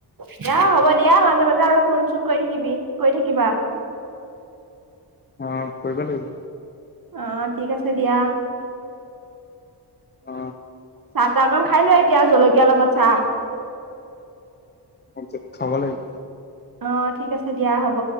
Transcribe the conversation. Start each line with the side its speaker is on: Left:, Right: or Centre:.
Right: দিয়া, হ'ব দিয়া, মাজে মাজে আৰু ফোন চোন কৰি থাকিবি, কৰি থাকিবা।
Left: অ, কৰিব লাগিব।
Right: অ, ঠিক আছে দিয়া।
Left: অ
Right: চাহ তাহ অকন খাই লোৱা এতিয়া, জলকীয়াৰ লগত চাহ।
Left: হ ঠিক খাব লাগিব।
Right: অ ঠিক আছে দিয়া, হ'ব।